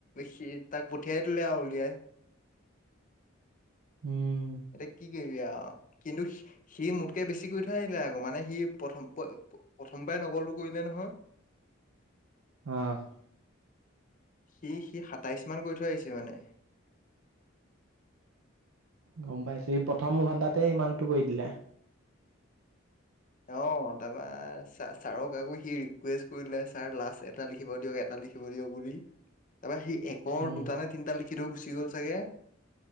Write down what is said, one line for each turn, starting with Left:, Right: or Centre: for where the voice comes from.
Left: সি তাক পঠিয়াই দিলে আৰু উলিয়াই।
Right: উম।
Left: এতিয়া কি কবি আ কিন্তু সি মোতকে বেছি কৰি থৈ আহিলে আকৌ মানে সি প্ৰথম, প্ৰথমবাৰে নকলটো কৰিলে নহয়।
Right: আহ।
Left: সি সি সাতাইশ মান কৰি থৈ আহিছে মানে।
Right: গম পাইছো প্ৰথম ঘণ্টাতে ইমানতটো কৰি দিলে।
Left: অ তাৰপা ছাৰক আকৌ সি ৰিকুৱেষ্ট কৰিলে ছাৰ লাষ্ট এটা লিখিব দিয়ক, এটা লিখিব দিয়ক বুলি তাৰপা সি। একৰ
Right: উম
Left: দুটা নে তিনিটা লিখি। লিখি থৈ গুচি গ'ল চাগে।